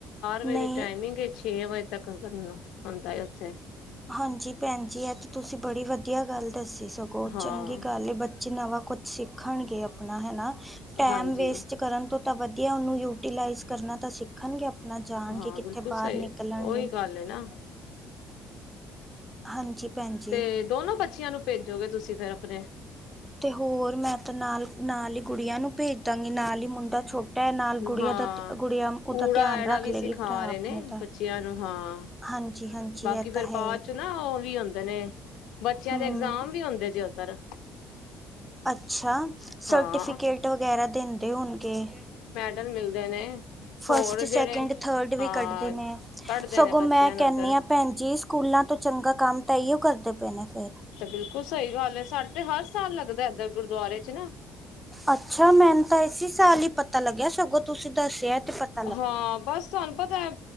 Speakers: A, on the left; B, in the centre.
A: ਵਜੇ
B: ਨਈ
A: ਦੀ ਟਾਈਮਿੰਗ ਛੇ ਵਜੇ ਤੱਕ ਕਰਨਾ ਹੁੰਦਾ ਉੱਥੇ।
B: ਹਾਂਜੀ ਭੈਣ ਜੀ ਏਹ ਤਾਂ ਤੁਸੀਂ ਬੜੀ ਵਧੀਆ ਗੱਲ ਦੱਸੀ ਸਗੋ,
A: ਹਾਂ
B: ਚੰਗੀ ਗੱਲ ਬੱਚ ਬੱਚੇ ਨਵਾਂ ਕੁੱਛ ਸਿੱਖਣਗੇ ਆਪਣਾ ਹਨਾ। ਟਾਈਮ
A: ਹਾਂਜੀ
B: ਵੇਸਟ ਕਰਨ ਤੋਂ ਪਹਿਲਾ ਅਧਿਆਨ ਨੂੰ ਯੂਟੀਲਾਈਜ਼ ਕਰਨਾ ਤਾਂ ਸਿੱਖ ਰਖਣਗੇ ਆਪਣਾ ਜਾਣ
A: ਹਾਂ
B: ਗੇ ਕਿੱਥੇ
A: ਬਿਲਕੁਲ ਸਹੀ
B: ਬਾਹਰ ਨਿਕਲਣਗੇ।
A: ਉਹੀ ਗੱਲ ਹੈ ਨਾ
B: ਹਾਂਜੀ ਭੈਣ ਜੀ
A: ਤੇ ਦੋਨੋ ਬੱਚੀਆਂ ਨੂੰ ਭੇਜੋਗੇ ਤੁਸੀਂ ਫਿਰ ਆਪਣੇ
B: ਤੇ ਹੋਰ ਮੈਂ ਤਾਂ ਨਾਲ- ਨਾਲ ਈ ਗੁੜੀਆਂ ਨੂੰ ਭੇਜ ਦਾਂਗੀ ਨਾਲ ਈ ਮੁੰਡਾ ਛੋਟ -ਟਾ ਨਾਲ ਗੁੜੀਆਂ
A: ਹਾਂ
B: ਦਾ ਗੁੜੀਆਂ ਉਂਦਾ
A: ਊੜਾ
B: ਧਿਆਨ
A: ਐੜਾ
B: ਰੱਖ
A: ਵੀ
B: ਲਏਗੀ
A: ਸਿਖਾ
B: ਭਰਾ
A: ਰਹੇ
B: ਆਪਣੇ
A: ਨੇ
B: ਦਾ।
A: ਬੱਚਿਆਂ ਨੂੰ ਹਾਂ,
B: ਹਾਂਜੀ ਹਾਂਜੀ
A: ਬਾਕੀ
B: ਇਹ
A: ਫੇਰ
B: ਤਾਂ ਹੈ
A: ਪਾਚ ਨਾ ਉਹ ਵੀ ਆਂਦੇ ਨੇ ਬੱਚਿਆਂ
B: ਹਮ
A: ਦੇ ਇੰਗਜ਼ਾਮ ਵੀ ਹੁੰਦੇ ਜੇ ਉੱਧਰ
B: ਅੱਛਾ।
A: ਹਾਂ
B: ਸਰਟੀਫਿਕੇਟ ਵਗੈਰਾ ਦਿੰਦੇ ਹੋਣਗੇ।
A: ਮਿਲਦਾ ਨੇ
B: ਫਸਟ,
A: ਹੋਰ ਜਿਹੜੇ
B: ਸੈਕਿੰਡ, ਥਰਡ
A: ਹਾਂ
B: ਵੀ ਕੱਢਦੇ ਨੇ,
A: ਕੱਢਦੇ
B: ਸਗੋਂ
A: ਨੇ ਬੱਚਿਆਂ
B: ਮੈਂ
A: ਨੂੰ
B: ਕੈਨੀ
A: ਉੱਧਰ
B: ਆ ਭੈਣ ਜੀ ਸਕੂਲਾਂ ਤੋਂ ਚੰਗਾ ਕੰਮ ਤਾਂ ਏਈਓ ਕਰਦੇ ਪਏ ਨੇ ਫੇਰ।
A: ਤੇ ਬਿਲਕੁਲ ਸਹੀ ਗੱਲ ਏ, ਸਾਡੇ ਹਰ ਸਾਲ ਲੱਗਦਾ ਇੱਧਰ ਗੁਰਦੁਆਰੇ ਚ ਨਾ।
B: ਅੱਛਾ ਮੈਨੂੰ ਤਾਂ ਇਸ ਸਾਲ ਹੀ ਪਤਾ ਲੱਗਿਆ ਸਗੋਂ ਤੁਸੀਂ ਦੱਸਿਆ ਤੇ ਪਤ
A: ਹਾਂ ਬਸ ਤੁਹਾਨੂੰ ਪਤਾ ਐ